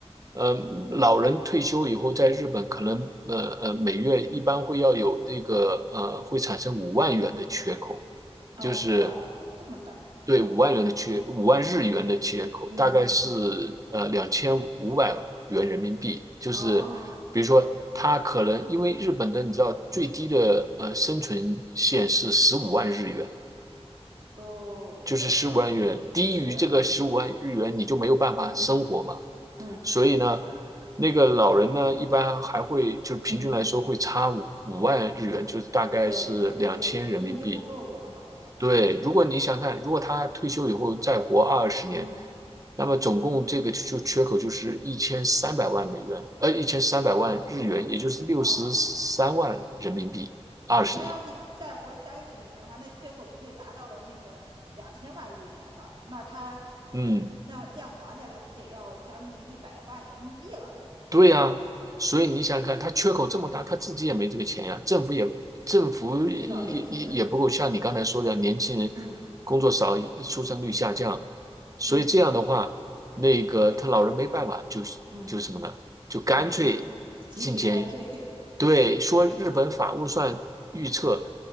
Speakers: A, on the right; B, on the right.
A: 呃，老人退休以后，在日本可能，呃呃，每月一般会要有这个，呃，会产生五万元的缺口，
B: 哦，
A: 就是
B: 哇，这么大，
A: 对五万元的缺，五万日元的缺口，
B: 嗯嗯，
A: 大概是呃两千五百元人民币，就是比如说他可能因为日本的你知道最低的呃生存线是十五万日元，
B: 哦。哦，
A: 就是十五万日元，
B: 我的天呐，
A: 低于这个十五万日元你就没有办法生活嘛。
B: 是的，嗯嗯
A: 所以呢，那个老人呢，一般还会就平均来说会差五五万日元，
B: 嗯，
A: 就是大概是两千人民币。
B: 对，是就根本就不够养老了。
A: 对，如果你想看，如果他退休以后再活二十年，
B: 嗯，
A: 那么总共这个就缺口就是一千三百万美元，呃，一千三百万日元，
B: 我，
A: 也就是六十三万人民币，
B: 哦哦，
A: 二十年。
B: 那要是再活三十年的话，那缺口不就达到了那个两千万日元了？那他那那这样划下来，
A: 嗯，
B: 不得要将近一百万人民币了？
A: 对呀，所以你想想看，他缺口这么大，他自己也没这个钱呀，政府也政府也也也不够，
B: 嗯，这倒也是。
A: 像你刚才说的，年轻人
B: 嗯
A: 工作少，出生率下降，所以这样的话，
B: 嗯
A: 那个他老人没办法，就就什么呢？
B: 嗯，
A: 就干脆进监狱。
B: 就集集体犯罪。
A: 对，说日本法务算预测，